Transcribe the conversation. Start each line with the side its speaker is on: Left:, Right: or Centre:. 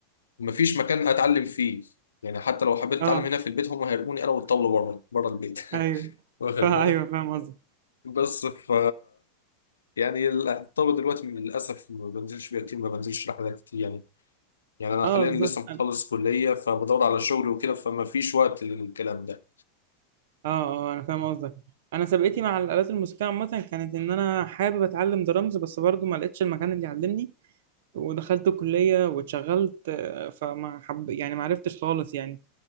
Left: ما فيش مكان اتعلم فيه يعني حتى لو حبيت اتعلم
Right: اه
Left: هنا في البيت هم هيرموني انا والطبله بره بره البيت
Right: ايوه
Left: <laughs> واخد
Right: فا
Left: بالك
Right: ايوه فاهم قصدك
Left: بس ف يعني الطلبة دلوقتي للأسف ما بنزلش بيها كتير ما بنزلش رحلات كتير يعني يعني أنا
Right: اه
Left: حاليا
Right: بالظبط
Left: لسه مخلص
Right: أنا-
Left: كلية فبدور على شغل وكده فما فيش وقت للكلام ده
Right: اه اه انا فاهم قصدك انا سابقتي مع الالات الموسيقيه عامه كانت ان انا حابب اتعلم درامز بس برضو ما لقيتش المكان اللي يعلمني ودخلت كلية واتشغلت آه، فما حب يعني ما عرفتش خالص يعني